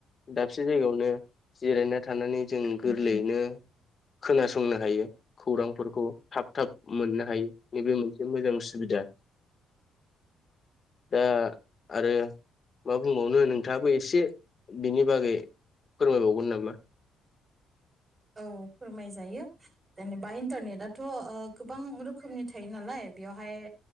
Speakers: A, on the left; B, on the right.
A: दाबसे जायगायावनो। जिरायना थानानै जों गोरलैयैनो खोनासंनो हायो खौरांफोरखौ थाब थाब मोननो हायो नैबे मोनसे मोजां सुबिदा। दा आरो मा बुंबावनो नोंथाङाबो एसे बिनि बागै। फोरमायबावगोन नामा?
B: औ फोरमायजायो जेनेबा इन्टारनेटआथ ओ गोबां रोखोमनि थायो नालाय बेवहाय